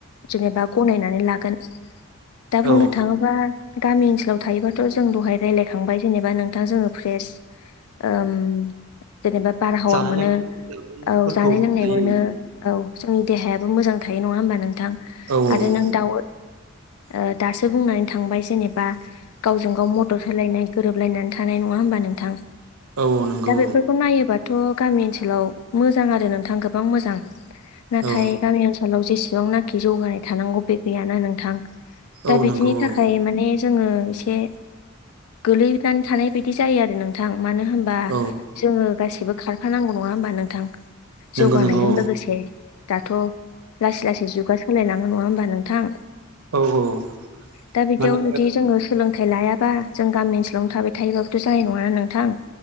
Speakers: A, on the left; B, on the right.
A: जेनेबा गनायनानै लागोन। दा बुंनो
B: औ
A: थाङोबा गामि ओनसोलाव थायोबाथ' जों दहाय रायज्लायखांबाय जेनेबा नोंथां जोङो फ्रेस ओम जेनेबा बारहावा
B: जानाय
A: मोनो
B: लोंनायफोरखौ
A: औ जानाय-लोंनाय
B: मोनजायो
A: मोनो औ जोंनि देहायाबो मोजां थायो नङा होमबा नोंथां
B: औ
A: आरो नों दाउ
B: <inaudible>
A: ओ दासो बुंनानै थांबाय जेनेबा गावजों-गाव मदद होलायनाय गोरोबलायनानै थानाय। नङा होमबा नोंथां?
B: औ औ नंगौ
A: दा बेफोरखौ नायोब्ला- थ' गामि ओनसोलाव मोजां आरो नोंथां गोबां मोजां। नाथाय
B: औ
A: गामि ओनसोलाव जेसे बेसेबांनाखि जौगानाय थानांगौ बे गैयाना नोंथां। दा
B: औ
A: बिदिनि
B: नंगौ औ
A: थाखाय माने जोङो एसे गोलैनानै थानाय बायदि जायो आरो नों- मानो होनबा
B: औ
A: जोङो गासिबो खारफानांगौ। नङा होमबा नोंथां? जौगानायजों
B: नंगौ नंगौ
A: लोगोसे। दाथ' लासै लासै जुगा सोलायलाङो। नङा होमबा नोंथां?
B: औ औ
A: दा बिदियाव
B: माने
A: जुदि जोङो सोलोंथाइ लायाबा जों गामि ओनसोलावनो थाबाय थायोबाबो' जानाय नङाना नोंथां।